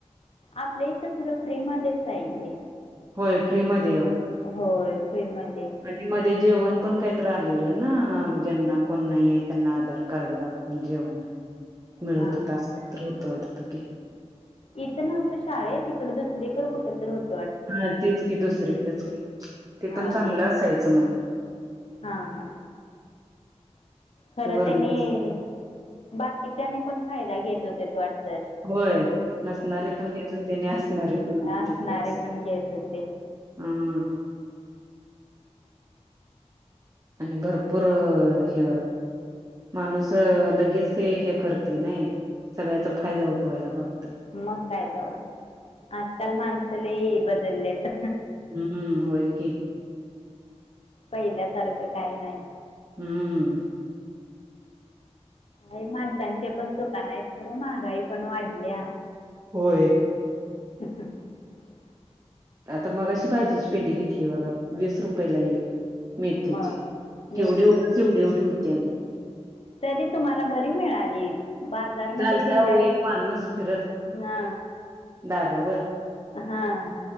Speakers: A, on the left; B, on the right.
A: आपलं इथ तर तर फ्री मध्येच आहेे
B: होय फ्री मध्ये आहे वाटतं
A: होय फ्री मध्ये
B: आणि मध्ये जेवण पण काहीतहिलेलं ना ज्यांना कोण नाही आहे त्यांना आधार कार्ड दाखवून जेवण मिळवतो
A: हां
B: तास
A: हां
B: पत्र होत वाटत की
A: इथं नव्हतं शाळेत तिकडं दुसरीकडे कुठ तर होत
B: हा तेच क दुसरीकडेच क ते
A: हां
B: पण चांगलं असायचं मला
A: हां हां खरं
B: ते वरणच
A: त्यांनी बाकीच्यानी पण फायदा घेत होते वाट
B: होय नसणारे पण घेत होते आणि असणारे पण घेत
A: असणारे
B: होते अस
A: पण घेत होते
B: हम आणि भरपूर हि माणूस लगेच ते हे करते नाही सगळ्याचा फायदा उठवायला बघ
A: मग काय तेव आजकाल माणसलेही बदललेत
B: हम्म होय की
A: पहिल्यासारखं काही नाही
B: हम्म
A: का माणसांच्या पण चुका नाही आहेत खरं महागाई पण वाढल्या
B: होय
A: <inaudible>
B: आता मगाशी भाजीची पेंडी घेतली बघा वीस रुपयेला एक. मेथीचे
A: मग मेथीची
B: केवढे उगाच एवढी एवढे होती आणि.
A: तरी तुम्हाला बरी मिळाली. बाजारमध्ये
B: तिथं आलता
A: गेल्यार
B: हो एक माणूस फिरत
A: हा.
B: दारावर
A: हां.